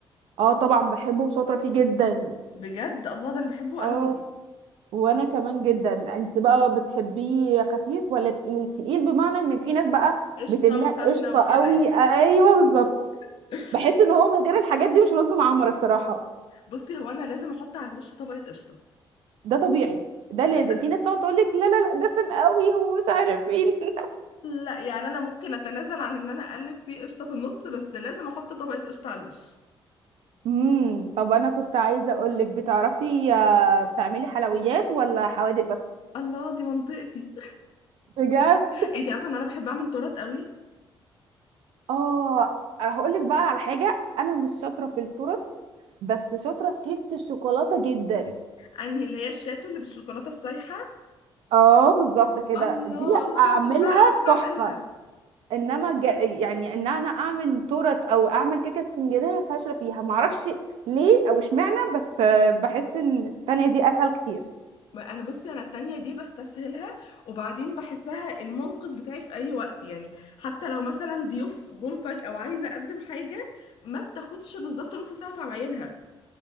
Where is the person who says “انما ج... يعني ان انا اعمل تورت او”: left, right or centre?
Right